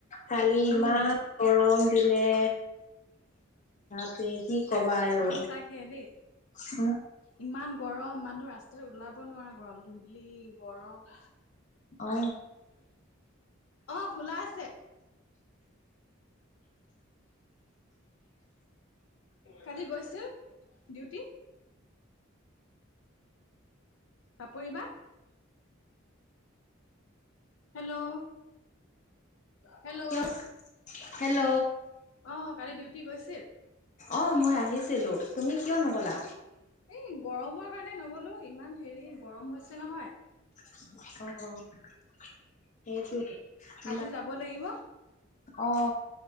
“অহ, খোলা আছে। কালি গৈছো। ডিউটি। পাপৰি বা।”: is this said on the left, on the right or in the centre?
Left